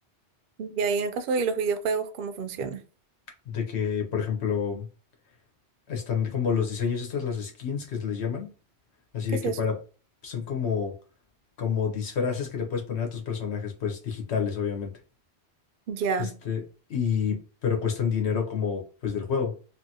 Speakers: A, on the right; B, on the left.
A: Ya, y en el caso de los videojuegos, ¿cómo funciona?
B: De que, por ejemplo... Están como los diseños, estas las skins que se les llaman. Así
A: ¿Qué
B: de
A: es
B: que
A: eso?
B: para, son como, como disfraces que le puedes poner a tus personajes, pues digitales, obviamente.
A: Ya,
B: Este, y, pero cuestan dinero como, pues del juego.